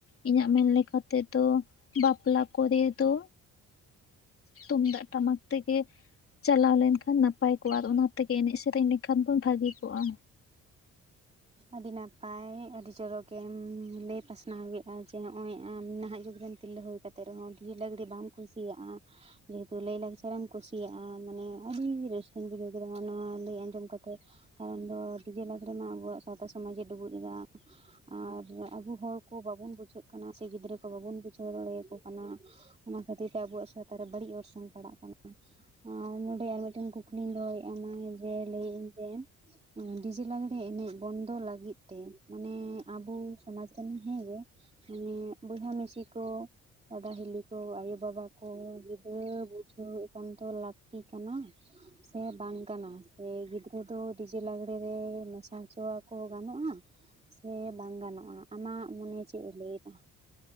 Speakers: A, on the left; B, on the right.
A: ᱤᱧᱟᱹᱜ ᱢᱮᱱ ᱞᱮᱠᱟ ᱛᱮᱫᱚ ᱵᱟᱯᱞᱟ ᱠᱚᱨᱮ ᱫᱚ ᱛᱩᱢᱫᱟᱜ ᱴᱟᱢᱟᱠ ᱛᱮᱜᱮ ᱪᱟᱞᱟᱣ ᱞᱮᱱᱠᱷᱟᱱ ᱱᱟᱯᱟᱭ ᱠᱚᱜᱼᱟ᱾ ᱟᱨ ᱚᱱᱟ ᱛᱮᱜᱮ ᱮᱱᱮᱡ ᱥᱮᱨᱮᱧ ᱞᱮᱠᱷᱟᱱ ᱵᱚᱱ ᱵᱷᱟᱹᱜᱤ ᱠᱚᱜᱼᱟ᱾
B: ᱟᱹᱰᱤ ᱱᱟᱯᱟᱭ ᱟᱹᱰᱤ ᱪᱚᱨᱚᱠᱮᱢ ᱞᱟᱹᱭ ᱯᱟᱥᱱᱟᱣ ᱠᱮᱜᱼᱟ ᱡᱮ ᱱᱚᱜᱼᱚᱭ ᱟᱢ ᱱᱟᱦᱟᱜ ᱡᱩᱜᱽ ᱨᱮᱱ ᱛᱤᱞᱟᱹ ᱦᱩᱭ ᱠᱟᱛᱮᱜ ᱨᱮᱦᱚᱸ ᱰᱷᱤᱡᱮ ᱞᱟᱜᱽᱲᱤ ᱵᱟᱢ ᱠᱩᱥᱤᱭᱟᱜᱼᱟ᱾ ᱡᱮᱦᱮᱛᱩ ᱞᱟᱭᱼᱞᱟᱠᱪᱟᱨᱮ ᱮᱢ ᱠᱩᱥᱤᱭᱟᱜᱼᱟ ᱢᱟᱱᱮ ᱟᱹᱰᱤ ᱨᱟᱹᱥᱠᱟᱹᱧ ᱵᱩᱡᱷᱟᱹᱣ ᱠᱮᱫᱟ ᱱᱚᱣᱟ ᱞᱟᱹᱭ ᱟᱸᱡᱚᱢ ᱠᱟᱛᱮᱜ᱾ ᱠᱟᱨᱚᱱ ᱫᱚ ᱰᱤᱡᱮ ᱞᱟᱹᱜᱲᱮ ᱢᱟ ᱟᱵᱚᱣᱟᱜ ᱥᱟᱶᱛᱟ ᱥᱚᱢᱟᱡ ᱮ ᱰᱩᱵᱩᱡ ᱮᱫᱟ᱾ ᱟᱨ ᱟᱵᱚ ᱦᱚᱲᱠᱚ ᱵᱟᱵᱚᱱ ᱵᱩᱡᱷᱟᱹᱜ ᱠᱟᱱᱟ ᱥᱮ ᱜᱤᱫᱽᱨᱟᱹ ᱠᱚ ᱵᱟᱵᱚᱱ ᱵᱩᱡᱷᱟᱹᱣ ᱫᱟᱲᱮᱭᱟᱠᱚ ᱠᱟᱱᱟ᱾ ᱚᱱᱟ ᱠᱷᱟᱹᱛᱤᱨ ᱛᱮ ᱟᱵᱚᱣᱟᱜ ᱥᱟᱶᱛᱟ ᱨᱮ ᱵᱟᱹᱲᱤᱜ ᱚᱨᱥᱚᱝ ᱯᱟᱲᱟᱜ ᱠᱟᱱᱟ᱾ ᱟᱨ ᱱᱚᱰᱮ ᱟᱨ ᱢᱤᱫᱴᱮᱱ ᱠᱩᱠᱞᱤᱧ ᱫᱚᱦᱚᱭᱮᱜᱼᱟ ᱢᱟᱹᱭ ᱡᱮ ᱞᱟᱹᱭᱮᱜᱼᱟᱹᱧ ᱡᱮ ᱰᱤᱡᱮ ᱞᱟᱜᱽᱲᱮ ᱮᱱᱮᱡ ᱵᱚᱱᱫᱚ ᱞᱟᱹᱜᱤᱫ ᱛᱮ ᱢᱟᱱᱮ ᱟᱵᱚ ᱥᱚᱢᱟᱡᱽ ᱨᱮᱱ ᱦᱮᱸᱜᱮ ᱢᱟᱱᱮ ᱵᱚᱭᱦᱟ ᱢᱤᱥᱤ ᱠᱚ ᱫᱟᱫᱟ ᱦᱤᱞᱤ ᱠᱚ ᱟᱭᱳ ᱵᱟᱵᱟ ᱠᱚ ᱜᱤᱫᱽᱨᱟᱹ ᱵᱩᱡᱷᱟᱹᱣ ᱮᱠᱟᱱᱛᱚ ᱞᱟᱹᱠᱛᱤ ᱠᱟᱱᱟ᱾ ᱥᱮ ᱵᱟᱝ ᱠᱟᱱᱟ? ᱥᱮ ᱜᱤᱫᱽᱨᱟᱹ ᱫᱚ ᱰᱤᱡᱮ ᱞᱟᱜᱽᱲᱮ ᱨᱮ ᱢᱮᱥᱟ ᱥᱚᱣᱟ ᱠᱚ ᱜᱟᱱᱚᱜᱼᱟ ᱥᱮ ᱵᱟᱝ ᱜᱟᱱᱚᱜᱼᱟ ᱟᱢᱟᱜ ᱢᱚᱱᱮ ᱪᱮᱜ ᱮ ᱞᱟᱹᱭᱮᱫᱟ?